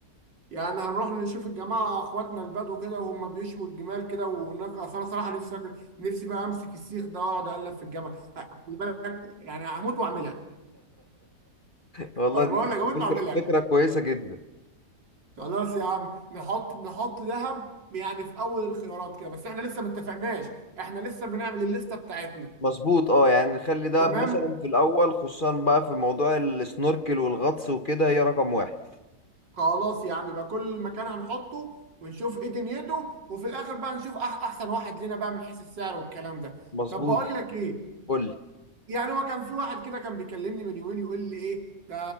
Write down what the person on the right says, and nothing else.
يعني هنروح نشوف الجماعة اخواتنا البدو كده وهم بيشوا الجمال كده ونك... اصل انا صراحة نفسي أكل... نفسي بقى امسك السيخ ده واقعد اقلب في الجمل خلي بالك يعني هموت واعملها
انا
بقول لك هموت
واعملها
خلاص يا عم نحط نحط ذهب يعني في اول الخيارات كده بس احنا لسه ما اتفقناش احنا لسه بنعمل الليسته بتاعتنا
تمام
خلاص يا عم بقى كل مكان هنحطه ونشوف ايه دنيته وفي الاخر بقى نشوف أح احسن واحد لنا بقى من حيث السعر والكلام ده
طب بقول لك ايه
يعني هو كان في واحد كده كان بيكلمني من يومين يقول لي ايه ده